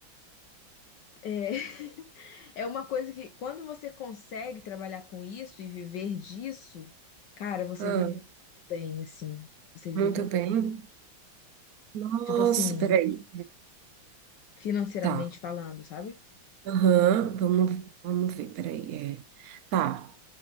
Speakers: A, on the left (about 70°); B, on the right (about 65°).
A: É, <laughs> é uma coisa que, quando você consegue trabalhar com isso e viver disso, cara, você
B: Ah,
A: vive muito bem, assim. Você vira.
B: muito bem. Nossa,
A: Tipo assim,
B: peraí.
A: financeiramente
B: Tá.
A: falando, sabe?
B: Aham, vamos, vamos ver, peraí. É. Tá.